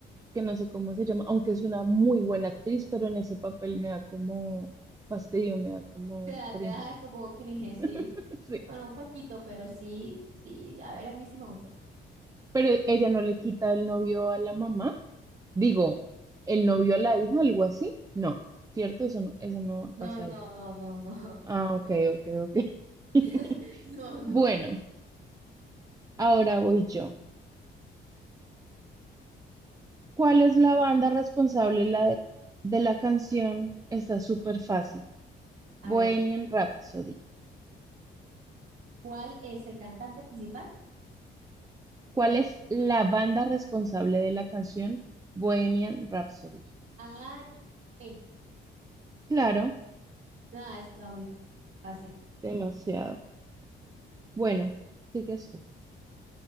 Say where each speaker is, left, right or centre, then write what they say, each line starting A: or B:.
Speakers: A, on the right (about 15°); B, on the right (about 80°).
A: que no sé cómo se llama, aunque es una muy buena actriz, pero en ese papel me da como fastidio, me da como
B: <laughs> Te da,
A: cringe.
B: te da como cringe, sí.
A: <laughs> Sí.
B: Bueno, un poquito, pero sí, sí. A ver, a mí sí me gustó.
A: Pero ella no le quita el novio a la mamá. Digo, ¿el novio a la hija, algo así? No, ¿cierto? Eso no, eso no
B: No,
A: pasa
B: no,
A: ahí.
B: no, no, no.
A: Ah, ok, ok, ok. <laughs>
B: <laughs> No, no.
A: Bueno, ahora voy yo. ¿Cuál es la banda responsable la de, de la canción? Está súper fácil.
B: A
A: Bohemian
B: ver,
A: Rhapsody.
B: ¿cuál es el cantante principal?
A: ¿Cuál
B: O-
A: es la banda responsable de la canción Bohemian Rhapsody?
B: Ah, Queen.
A: Claro,
B: Ah, está muy fácil. fácil.
A: demasiado. Bueno, sigues tú.